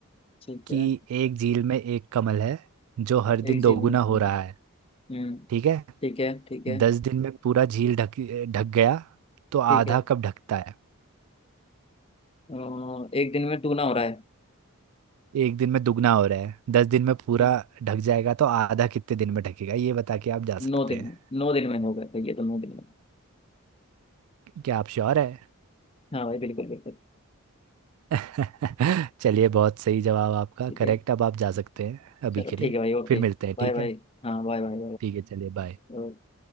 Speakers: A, on the left; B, on the right.
A: ठीक
B: कि
A: है
B: एक झील में एक कमल है जो हर
A: एक
B: दिन दोगुना
A: झील में इतना
B: हो रहा है
A: हम्म
B: ठीक है
A: ठीक है ठीक है
B: दस दिन में पूरा झील ढक ढक गया तो आधा
A: ठीक है
B: कब ढकता है
A: अ, एक दिन में टूना हो रहा है
B: एक दिन में दुगना हो रहा है दस दिन में पूरा
A: ठीक
B: ढक जाएगा तो आधा कितने दिन में ढकेगा ये बता के आप जा सकते
A: नौ दिन
B: हैं
A: में नौ दिन में हो गया तो ये तो नौ दिन में
B: क्या आप श्योर है
A: हाँ भाई बिल्कुल बिल्कुल
B: <laughs> चलिए बहुत सही जवाब आपका
A: ठीक
B: करेक्ट
A: है
B: अब आप जा सकते हैं अभी
A: चलो
B: के लिए
A: ठीक है भाई ओके
B: फिर मिलते हैं
A: Bye
B: ठीक
A: bye
B: है
A: हाँ बाय बाय
B: ठीक है चलिए बाय
A: बाय